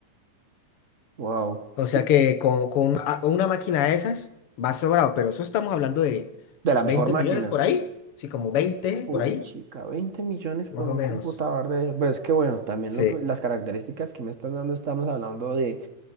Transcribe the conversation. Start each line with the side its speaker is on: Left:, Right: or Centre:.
Right: wow.
Left: O sea
Right: Y
Left: que con, con una a- una máquina de esas va sobrado, pero eso estamos hablando de
Right: de la
Left: veinte
Right: mejor máquina.
Left: millones por ahí, sí, como 20
Right: Puchica,
Left: por ahí,
Right: 20 millones por
Left: más o
Right: un
Left: menos.
Right: computador de... Pues que bueno, también
Left: Sí,
Right: lo que- las características que me están dando, estamos hablando de,